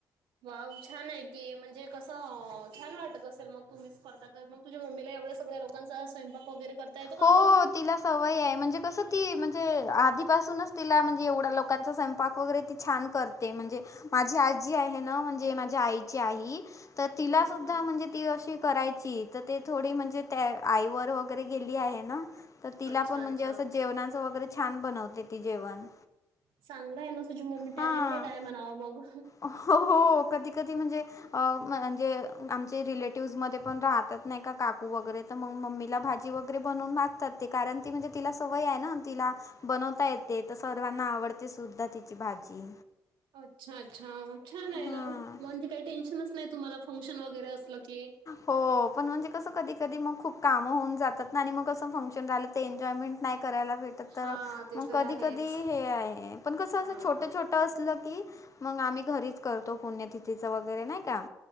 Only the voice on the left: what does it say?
हो
तिला सवय आहे, म्हणजे कसं ती म्हणजे आधीपासूनच तिला म्हणजे एवढ्या लोकांचा स्वयपाक वगैरे ती छान करते म्हणजे माझी आजी आहे ना म्हणजे माझ्या आईची आई. तर तिला
सुद्धा म्हणजे ती अशी करायची, तर ते थोडी म्हणजे त्या आईवर वगैरे गेली आहे ना, तर तिला
पण
म्हणजे असं जेवणाचं वगैरे छान बनवते. ती जेवण
हां
हो हो कधी कधी म्हणजे अ म्हणजे आमचे रिलेटिव्हज मध्ये पण राहतात नाही का काकू वगैरे तर मग मम्मीला भाजी वगैरे बनवून मागतात ते, कारण ती म्हणजे तिला सवय आहे ना तिला बनवता येते तर सर्वांना आवडते सुद्धा तिची भाजी.
हां.
हो पण म्हणजे कस कधी कधी मग खूप काम होऊन जातात ना आणि मग असं फंशन लं ते एनजॉयमेंट नाही करायला भेटत.
मग
कधी
कधी हे आहे पण कसं असं
छोट्या छोटे असलं की मग आम्ही घरीच करतो पुण्यतिथीच वगैरे नाही का.